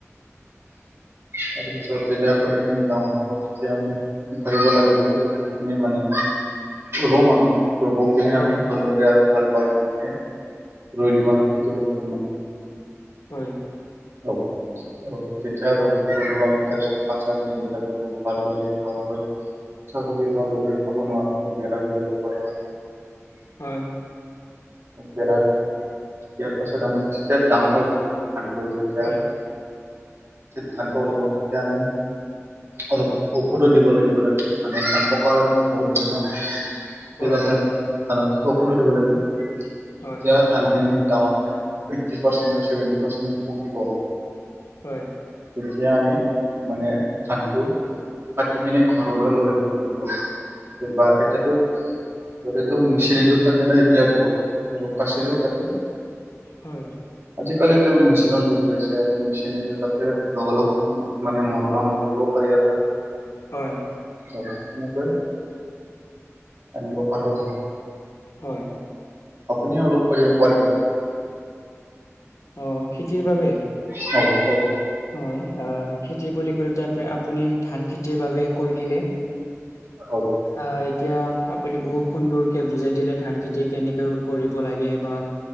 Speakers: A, on the right (about 55°); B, on the left (about 85°).
A: তাৰপিছত যেিলাক কথাখিনি ডাউৰ হ'ব তেতিয়া আমি উখৰিব লাগিব উখি কিনে মানে ৰুম আৰু ন ৰব
B: হয়
A: আমি ভালদৰে আৰু হাল বাই লৈ কিনে ৰুই দিম আৰু খেতি পথাৰ মানহ
B: হয়
A: অ অ তিয়া ৰলো আমি তাৰ পিছত ক চ দিলো তাতে ভালদৰে ভালকৈ ইচ্ছা কৰি ধ ঘৰ খাব নোৱাৰাৰে ত বেৰা দিব লাগিব আৰু ন
B: হয়
A: বেৰা দিয়াৰ পাছত আমি যেতিয়া ডাঙৰ হ'ব ধানটো যেতিয়া
B: হয়
A: যে ধানটো ওলিব তেতিয়া আমি অলপ ঔষধো দিব লাগিব তাতে মানে ধান প্ৰকাৰো বহুত হয় ন সেইবাবে
B: হয়
A: আৰু ঔষধো দিব লাগিব
B: হয়
A: খানখিনীৰ দামাটোে এইটতি পাৰ্চেণ্ট বা চভেনট পাৰ্চণ্ট পকিব
B: হয়
A: তেতিয়া আমি মানে ধানটো পাতি কিনে ঘৰলৈ লৈ আহিব লাগিব কেতিবা এতিয়াতো
B: হয়
A: গতেতটো মেচিনদিও কাটে ন এতিয়া বহুত আৰু কাচৰেও কাটে
B: হয়
A: আজিকালিতো মেচিনৰ যুগ হৈছে আৰু মেচিনেদি কাতে লগ লগ মানে মৰ ন মৰিব পাৰাৰ ন
B: হয়
A: অ ন ক আ ফৰ ন <unintelligible>
B: হয়
A: আপুনি অলপ কৰিব পাৰিব
B: অঁ খেতিৰ বাবে
A: হয় হয়
B: হয় অ খেতি বুলি কৰি আপুনি ধান খেতি বাবে কৈ দিলে
A: অ
B: অ এতিয়া আপুনি বহুত সুন্দৰকে বুজাই দিলে ধান খেতি কেনেকে কৰিব লাগে বা